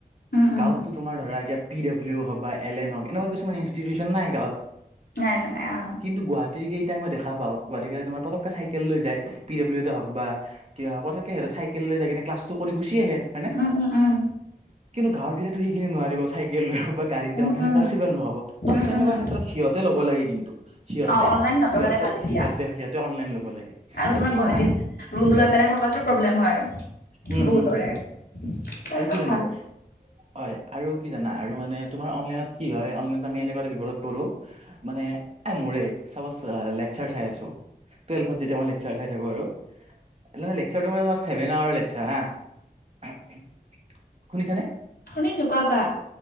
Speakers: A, on the left; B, on the right.
A: উম উম
B: গাঁৱতটো তোমাৰ ধৰা এতিয়া পি ডাব্লউ হওক বা এল এন হওক এনেকুৱা কিছুমান ইনষ্টিটিউচন নাই গাঁৱত।
A: নাই নাই আও।
B: কিন্তু গুৱাহাটীৰ কেইটাক মই দেখা পাওঁ গুৱাহাটীৰ কেইটা তোমাৰ পতকে চাইকেল লৈ যায়। পি ডব্লিউতে হওক বা কিবা পতকে সিহঁতে চাইকেল লৈ যাই কেনে ক্লাছটো কৰি গুচি আহে। হয়নে
A: উম উম উম।
B: কিন্তু গাওঁৰ কেইটাইটো সেইখিনি নোৱাৰিব চাইকেল লৈ হওক বাত গাড়ীতে
A: উম উম
B: হওক সেনেকোৱা
A: উম
B: পচিবল নহব ত-তেনেকুৱা
A: উম উম
B: ক্ষেত্ৰত সিহঁতে ল'ব লাগে কিন্তু সিহঁতে
A: অ অনলাইন সিহঁতৰ
B: সিহঁতে
A: কাৰণে ভাল এতিয়া
B: সিহঁতে সিহঁতে অনলাইন ল'ব লাগে।
A: আৰু
B: আৰু
A: তোমাৰ
B: কি
A: গুৱাহাটীত
B: জানা
A: ৰুম লৈ পেলাই থকাটো প্ৰব্লেম হয়।
B: উম
A: বহুতৰে
B: উম
A: সেতৰ
B: আৰু কি জানা
A: ভাল।
B: হয় আৰু কি জানা আৰু মানে তোমাৰ অনলাইনত কি হয় অনলাইনত আমি এনেকোৱা এটা বিপদত পৰোঁ আ আ আ, মানে আ মোৰেই। চাপচ লেকচাৰ চাই আছো। টোৱেলভত যেতিয়া মই ছাৰ, চাই থাকিব আৰু। লে লে লেকচাৰটো মানে তোমাৰ ছেভেন আৱাৰৰ লেকচাৰ হাঁ এহ্ এহ। উ টো শুনিছানে?
A: শুনিছো। কোৱা, কোৱা।